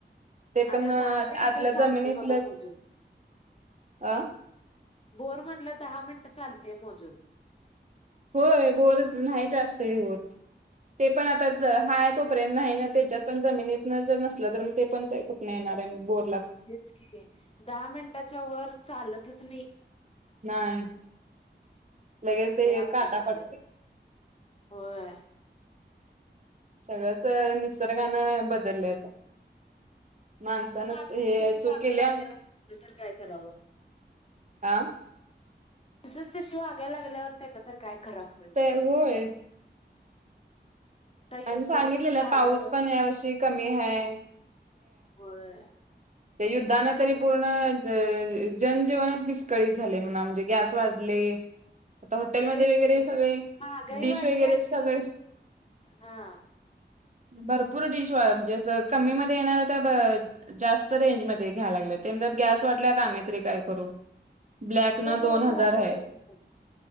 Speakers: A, on the right; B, on the left.
A: ते पण
B: आता
A: आतल्या
B: दहा मिनिटं चालतय
A: जमिनीतल
B: बघा मोजून.
A: आ.
B: बोर म्हणलं दहा मिनटं चालतेय मोजून
A: होय बोर नाही जास्त हे होत. ते पण आता हा तोपर्यंत नाही ना त्याच्यात पण जमिनीतन जर नसलं तर ते पण काही कुठ नाही ना. बोर.
B: हेच कि आहे दहा मिनटाच्या वर चालतच नाही.
A: नाही. लगेच ते
B: लय अवघड
A: काटा
B: झालेलं
A: पडतंय.
B: होय.
A: सगळंच निसर्गानं बदललंय आता. माणसानं
B: आता मानसिक
A: हे
B: तशी
A: चूक
B: वागा
A: केल्या
B: लागल्या तर काय करावं.
A: आ.
B: तसच ती वागायला लागल्यावर त्यांना तर काय कराव म्हटलं.
A: ते होय आणि
B: युद्धबिद्ध
A: सांगितलेलं
B: झालं
A: पाऊस पण यावर्षी कमी हाय.
B: होय
A: हे युद्धान
B: नाही
A: तरी पूर्ण अ जनजीवनच विस्कळीत झाले म्हणा म्हणजे गॅस वाढले. आता हॉटेलमध्येध्ये
B: तेच
A: वगैरे
B: की.
A: सगळे
B: महागाई
A: डिश
B: वाढली
A: वगैरे
B: आणखी
A: सगळे.
B: हा.
A: भरपूर डिश म्हणजे कमी मध्ये येणार तर जास्त रेंज ममध्ये घ्याय लागलं तेत गॅस वाटल्यात आम्हीरी काय करू. ब्लॅक
B: हो
A: न दोन
B: बरोबर
A: हजार
B: ना
A: आहे
B: त्यांचं पण